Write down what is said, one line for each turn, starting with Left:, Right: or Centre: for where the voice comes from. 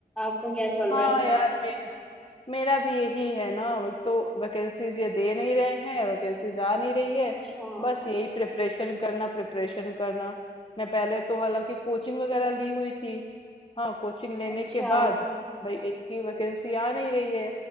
Centre: आपका क्या चल
Left: हाँ
Centre: रहा है
Left: यार मेरा मेरा भी यही है ना अब तो वैकेंसीज ये दे नहीं रहे हैं वैकेंसीज आ नहीं रही है
Centre: अच्छा
Left: बस यही प्रिपरेशन करना प्रिपरेशन करना मैं पहले तो हालांकि कोचिंग वगैरह ली हुई थी हाँ कोचिंग लेने
Centre: अच्छा
Left: के बाद भाई इनकी वैकेंसी आ नहीं रही है